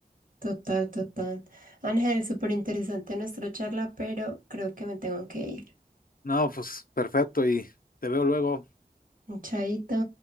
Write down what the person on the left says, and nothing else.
No, pues perfecto y te veo luego.